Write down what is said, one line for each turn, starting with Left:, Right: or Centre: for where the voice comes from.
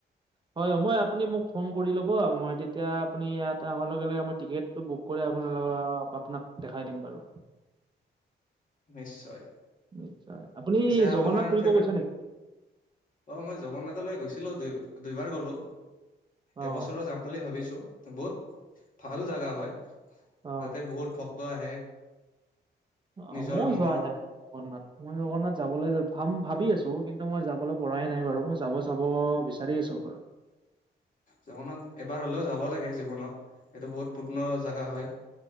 Right: হয় মই আপনি মোক। ফোন কৰি ল'ব, মই তেতিয়া আপুনি ইয়াত অহাৰ লগে লগে মই টিকেটটো বুক কৰি আপোনালোকৰ আপোনাক। দেখাই দিম বাৰু।
Left: নিশ্চয়
Right: নিশ্চয় আপুনি
Left: পিছে
Right: জগন্নাথ
Left: আপোনাৰ
Right: ফুৰিব
Left: ফেভৰ।
Right: গৈছে নেকি
Left: অ মই জগন্নাথলৈ গৈছিলো দুই। দুইবাৰ গলো
Right: অ
Left: এবছৰৰ যাম বুলি ভাবিছো বহুত। ভাল জোগা হয়,
Right: অ
Left: তাতে বহুত ভক্ত আহে। নিজৰ
Right: অ মইো
Left: মনৰ
Right: যোৱা নাই জগন্নাথ মই জগন্নাথ যাবলৈ। ভাম ভাবি আছোঁ কিন্তু মই যাবলৈ পৰাই নাই, বাৰু মই যাব চাব বিচাৰি আছোঁ।
Left: জগন্নাথ এবাৰ হলেও যাব লাগে, জীৱনত এইটো বহুত পূৰ্ণ জাগা হয়।